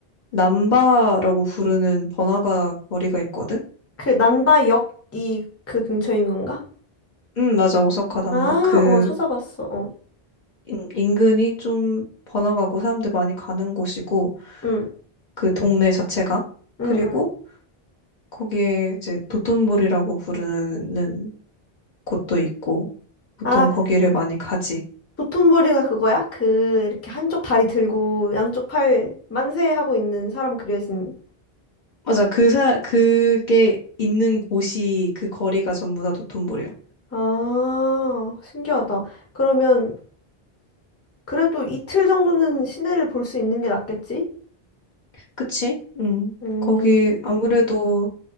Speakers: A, on the left (about 55°); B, on the left (about 15°).
A: 남바라고 부르는 번화가 거리가 있거든?
B: 그 난바역이 그 근처인 건가?
A: 음, 맞아. 오사카 남바.
B: 아,
A: 그,
B: 어, 찾아봤어, 어.
A: 인- 인근이 좀 번화가고 사람들 많이 가는 곳이고,
B: 응,
A: 그 동네 자체가.
B: 응,
A: 그리고
B: 응.
A: 거기에 이제 도톤보리라고 부르는 곳도 있고, 보통
B: 아,
A: 거기를 많이 가지.
B: 도톤보리가 그거야? 그 이렇게 한쪽 다리 들고 양쪽 팔 만세 하고 있는 사람 그려진.
A: 맞아. 그 사, 그게 있는 곳이 그 거리가 전부 다 도톤보리야.
B: 아, 신기하다. 그러면 그래도 이틀 정도는 시내를 볼 수 있는 게 낫겠지?
A: 그치? 음.
B: 음,
A: 거기 아무래도